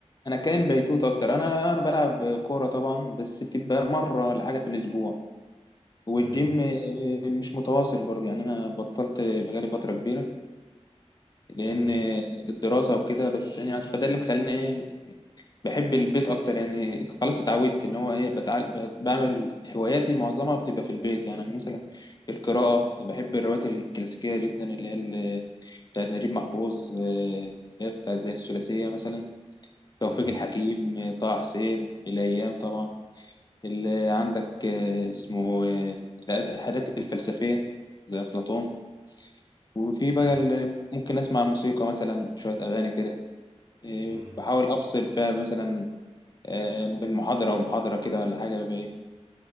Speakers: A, on the left; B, on the right.
A: أنا كائن بيتوت أكتر أنا أنا بلعب كورة طبعا بس بتبقى مرة ولا حاجة في الأسبوع والجيم
B: امم
A: آه، مش متواصل برضه يعني أنا بطلت بقالي فترة كبيرة لأن
B: امم
A: الدراسة وكده بس يعني فده اللي مخليني إيه بحب البيت أكتر يعني خلاص اتعودت إن هو إيه بتعال بت- بعمل هواياتي معظمها بتبقى في البيت يعني مثلا القراءة بحب الروايات الكلاسيكية جدا اللي هي ال- بتاعت نجيب محفوظ آه، اللي هي بتاع زي الثلاثية مثلا
B: امم
A: توفيق الحكيم آه، طه حسين الأيام طبعا اللي عندك آه، اسمه آه، الحاجات الفلسفية زي أفلاطون وفي بقى
B: اي
A: ال- ممكن أسمع موسيقى مثلا شوية أغاني كده إيه،
B: امم
A: بحاول افصل فيها مثلا آه، بين محاضره ومحاضره كده ولا حاجه ب-